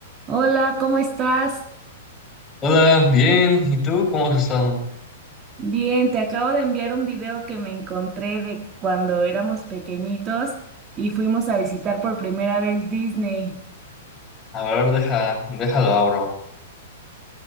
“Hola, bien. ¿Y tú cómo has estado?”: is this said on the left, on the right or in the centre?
Left